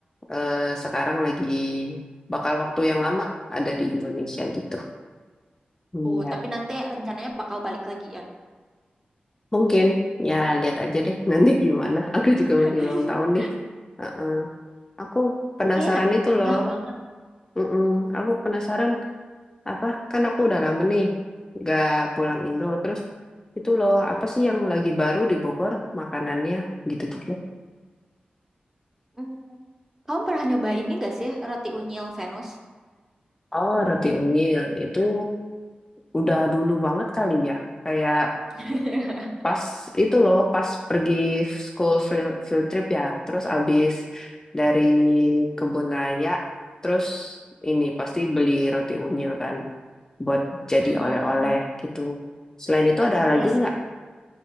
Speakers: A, on the left (about 20°); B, on the right (about 15°).
A: eh, sekarang lagi bakal waktu yang lama ada di Indonesia gitu. Iya.
B: Oh, tapi nanti rencananya bakal balik lagi ya.
A: Mungkin ya lihat aja deh <laughs> nanti gimana. Aku juga masih
B: <laughs>
A: ulang tahun nih. Heeh. Aku penasaran
B: Kayak
A: itu
B: betah
A: loh.
B: banget.
A: Mm-mm. Aku penasaran apa? Kan aku udah lama nih nggak pulang Indo. Terus itu loh apa sih yang lagi baru di Bogor makanannya gitu-gitu.
B: Mm. Kamu pernah nyoba ini gak sih, roti unyil Venus?
A: Oh roti unyil itu udah dulu banget kali ya. Kayak
B: <laughs>
A: pas itu loh pas pergi school field, field trip ya terus abis dari kebun raya terus ini pasti beli roti unyil kan buat jadi
B: Mm-mm-mm.
A: oleh-oleh gitu selain itu ada lagi
B: Iya sih.
A: nggak